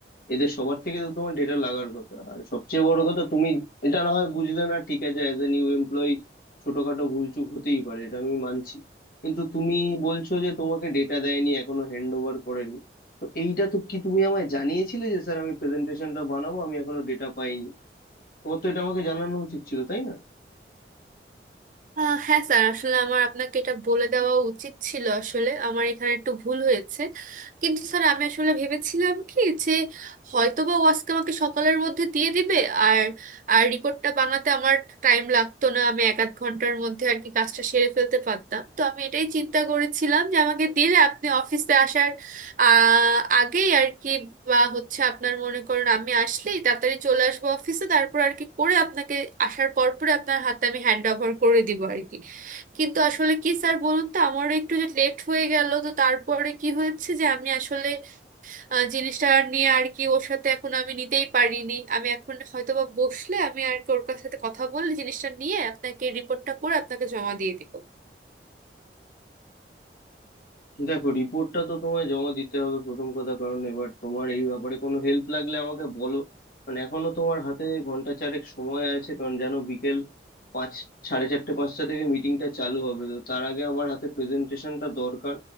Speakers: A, on the left; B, on the right.
A: এদের সবার থেকে তো তোমার ডেটা লাগার কথা আর সবচেয়ে বড় কথা তুমি এটা না হয় বুঝলে না ঠিক আছে অ্যাজ এ নিউ এমপ্লয়ি ছোটখাটো ভুলচুক হতেই পারে এটা আমি মানছি কিন্তু তুমি বলছো যে তোমাকে ডেটা দেয়নি এখনো হ্যান্ড ওভার করেনি তো এইটা তো কি তুমি আমায় জানিয়েছিলে যে স্যার আমি প্রেজেন্টেশনটা বানাবো আমি এখনো ডেটা পাইনি তোমার তো এটা আমাকে জানানো উচিত ছিল তাই না
B: আহ হ্যাঁ স্যার আসলে আমার আপনাকে এটা বলে দেওয়া উচিত ছিল আসলে আমার এখানে একটু ভুল হয়েছে কিন্তু স্যার আমি আসলে ভেবেছিলাম কি যে হয়তোবা বা ও আজকে আমাকে সকালের মধ্যে দিয়ে দিবে আর আর রিপোর্টটা বানাতে আমার টাইম লাগতো না আমি এক আধ ঘন্টার মধ্যে আর কি কাজটা সেরে ফেলতে পারতাম তো আমি এটাই চিন্তা করেছিলাম যে আমাকে দিলে আপনি অফিসে আসার আহ আগেই আর কি বা হচ্ছে আপনার মনে করুন আমি আসলেই তাড়াতাড়ি চলে আসবো অফিসে তারপর আর কি করে আপনাকে আসার পর পরে আপনার হাতে আমি হ্যান্ড ওভার করে দিব আর কি কিন্তু আসলে কি স্যার বলুন তো আমারও একটু যে লেট হয়ে গেল তো তারপরে কি হয়েছে যে আমি আসলে আহ, জিনিসটা নিয়ে আর কি ওর সাথে এখন আমি নিতেই পারিনি আমি এখন হয়তো বা বসলে আমি আর কি ওর সাথে কথা বলে জিনিসটা নিয়ে আপনাকে রিপোর্টটা করে আপনাকে জমা দিয়ে দিব
A: দেখো রিপোর্টটা তো তোমায় জমা দিতে হবে প্রথম কথা কারণ এবার তোমার এই ব্যাপারে কোনো হেল্প লাগলে আমাকে বলো মানে এখনো তোমার হাতে ঘন্টা চারেক সময় আছে কারণ জানো বিকেল পাঁচ সাড়ে চারটে পাঁচটা থেকে মিটিংটা চালু হবে তো তার আগে আমার হাতে প্রেজেন্টেশনটা দরকার